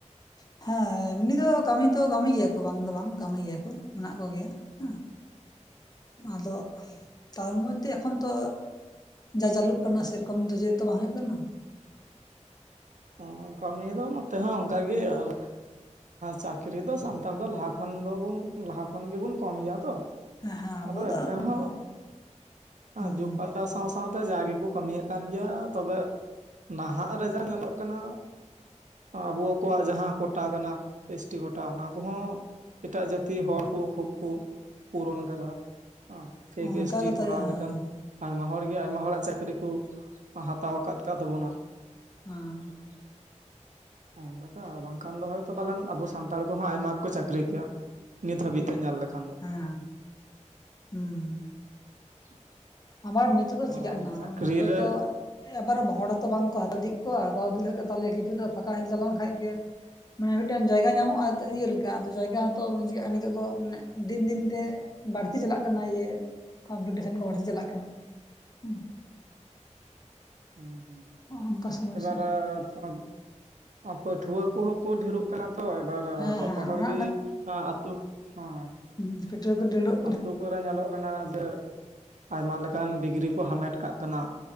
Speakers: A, on the left (about 30°); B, on the right (about 80°).
A: ᱦᱮᱸ ᱮᱢᱱᱤ ᱫᱚ ᱠᱟᱹᱢᱤ ᱫᱚ ᱠᱟᱹᱢᱤ ᱜᱮᱭᱟ ᱠᱚ ᱵᱟᱝ ᱫᱚ ᱵᱟᱝ, ᱠᱟᱹᱢᱤ ᱜᱮᱭᱟ ᱠᱚ ᱢᱮᱱᱟᱜ ᱠᱚ ᱜᱮᱭᱟ ᱦᱩᱸ ᱟᱫᱚ ᱛᱟᱨ ᱢᱚᱫᱽᱫᱷᱮ ᱮᱠᱷᱚᱱ ᱛᱚ, ᱡᱟ ᱪᱞᱩᱜ ᱠᱟᱱᱟ ᱥᱮᱨᱚᱠᱚᱢ ᱫᱚ ᱪᱮᱫ ᱦᱚᱸᱛᱚ ᱵᱟᱝ ᱦᱩᱭᱩᱜ ᱠᱟᱱᱟ,
B: ᱦᱩᱸ ᱠᱟᱹᱢᱤ ᱫᱚ ᱱᱚᱛᱮ ᱦᱚᱸ ᱚᱱᱠᱟᱜ ᱜᱮ ᱟᱨ ᱪᱟᱹᱠᱨᱤ ᱫᱚ ᱥᱟᱱᱛᱟᱲ ᱫᱚ ᱞᱟᱦᱟ ᱠᱷᱚᱱ ᱫᱚᱵᱚᱱ ᱞᱟᱦᱟ ᱠᱷᱚᱱ ᱜᱮᱵᱚᱱ ᱠᱚᱢ ᱜᱮᱭᱟ ᱛᱚ
A: ᱦᱮᱸ ᱦᱮᱸ ᱟᱵᱚ
B: ᱟᱫᱚ
A: ᱫᱚ
B: ᱮᱱᱛᱮ ᱨᱮᱦᱚᱸ
A: ᱦᱩᱸ ᱦᱩᱸ
B: ᱡᱩᱜᱽ ᱯᱟᱞᱴᱟᱣ ᱥᱟᱶ ᱥᱟᱶ ᱥᱟᱶ ᱛᱮ ᱡᱟ ᱜᱮᱠᱚ ᱠᱟᱹᱢᱤᱭᱮᱫ ᱠᱟᱱ ᱜᱮᱭᱟ ᱛᱚᱵᱮ, ᱱᱟᱦᱟᱜ ᱨᱮ ᱡᱟ ᱧᱮᱞᱚᱜ ᱠᱟᱱᱟ ᱟᱵᱚ ᱠᱚᱣᱟᱜ ᱡᱟᱦᱟᱸ ᱠᱚᱴᱟ ᱠᱟᱱᱟ, ᱮᱥ ᱴᱤ ᱠᱚᱴᱟ ᱚᱱᱟ ᱠᱚᱦᱚᱸ ᱮᱴᱟᱜ ᱡᱟᱹᱛᱤ ᱦᱚᱲ ᱠᱚ ᱠᱷᱩᱵ ᱠᱚ ᱯᱩᱨᱚᱱ ᱠᱟᱫᱟ᱾ ᱚ, ᱯᱷᱮᱠ
A: ᱚᱱᱠᱟ
B: ᱮᱥ ᱴᱤ
A: ᱜᱮᱛᱚ
B: ᱠᱚᱨᱟᱣ
A: ᱦᱮᱸ
B: ᱠᱟᱛᱮᱫ ᱟᱭᱢᱟ ᱦᱚᱲᱜᱮ ᱟᱭᱢᱟ ᱦᱚᱲᱟᱜ ᱪᱟᱹᱠᱨᱤ ᱠᱚ ᱦᱟᱛᱟᱣ ᱟᱠᱟᱫ ᱠᱟᱫ ᱛᱟᱵᱚᱱᱟ᱾
A: ᱦᱩᱸ᱾
B: <inaudible> ᱚᱝᱠᱟᱛᱮ ᱟᱨ ᱵᱟᱝᱠᱷᱟᱱ ᱫᱚ ᱦᱳᱭᱛᱚ ᱯᱟᱞᱮᱱ ᱟᱵᱚ ᱥᱟᱱᱛᱟᱲ ᱠᱚᱦᱚᱸ ᱟᱭᱢᱟ ᱠᱚ ᱪᱟᱹᱠᱨᱤ ᱠᱮᱭᱟ᱾ ᱱᱤᱛ ᱦᱟᱹᱵᱤᱡ ᱛᱮ ᱧᱮᱞ ᱞᱮᱠᱷᱟᱱ ᱫᱚ᱾
A: ᱦᱮᱸ, ᱦᱩᱸ᱾
B: <inaudible>
A: ᱟᱵᱟᱨ ᱱᱤᱛᱚᱜ ᱫᱚ ᱪᱮᱤᱠᱟᱜ
B: ᱟᱨ
A: ᱠᱟᱱᱟ
B: ᱪᱟᱹᱠᱨᱤ
A: ᱱᱩᱠᱩ
B: ᱨᱮ
A: ᱛᱚ ᱮᱵᱟᱨ ᱦᱚᱲ ᱛᱚ ᱵᱟᱝᱠᱚ ᱦᱟᱛᱟᱣ ᱤᱫᱤᱜ ᱠᱚᱣᱟ ᱦᱟᱛᱟᱣ ᱤᱫᱤ ᱞᱮᱠᱷᱡ ᱛᱟᱦᱚᱞᱮ ᱠᱤᱪᱩᱴᱟ ᱯᱷᱟᱠᱟ ᱦᱮᱞ ᱪᱟᱞᱟᱣ ᱞᱮᱱᱠᱷᱟᱡ ᱜᱮ᱾ ᱢᱟᱱᱮ ᱢᱤᱫᱴᱟᱝ ᱡᱟᱭᱜᱟ ᱧᱟᱢᱚᱜ-ᱟ ᱤᱭᱟᱹ ᱞᱮᱠᱟ ᱟᱫᱚ ᱡᱟᱭᱜᱟ ᱦᱚᱸ ᱛᱚ ᱪᱤᱠᱟᱜ-ᱟ ᱱᱤᱛᱚᱜ ᱫᱚ ᱢᱟᱱᱮ ᱫᱤᱱ ᱫᱤᱱ ᱛᱮ ᱵᱟᱹᱲᱛᱤ ᱪᱟᱞᱟᱜ ᱠᱟᱱᱟ ᱤᱭᱟᱹ ᱠᱚᱢᱯᱤᱴᱤᱥᱚᱱ ᱠᱚ ᱵᱟᱹᱲᱛᱤ ᱪᱟᱞᱟᱜ ᱠᱟᱱᱟ, ᱦᱩᱸ᱾
B: ᱦᱩᱸ ᱦᱩᱸ,
A: ᱚᱱᱠᱟ ᱥᱚᱢᱚᱥᱥᱟ
B: ᱮᱵᱟᱨ <unintelligible> ᱯᱟᱹᱴᱷᱩᱣᱟᱹ ᱠᱚᱦᱚᱸ ᱠᱚ ᱰᱷᱮᱨᱚᱜ ᱠᱟᱱᱟ ᱛᱚ ᱮᱵᱟᱨ
A: ᱦᱮᱸ
B: ᱡᱚᱛᱚ
A: ᱦᱮᱸ
B: ᱦᱚᱲ
A: ᱚᱱᱮ
B: ᱜᱮ ᱟᱛᱩ ᱦᱚᱸ᱾
A: ᱦᱮᱸ ᱯᱟᱹᱴᱷᱩᱣᱟᱹ ᱠᱚ ᱰᱮᱲᱳᱜ
B: ᱟᱹᱛᱳ ᱠᱚᱨᱮ ᱧᱮᱞᱚᱜ ᱠᱟᱱᱟ ᱡᱮ ᱟᱭᱢᱟ ᱞᱮᱠᱟᱱ ᱰᱤᱜᱽᱨᱤ ᱠᱚ ᱦᱟᱢᱮᱴ ᱠᱟᱜ ᱠᱟᱱᱟ᱾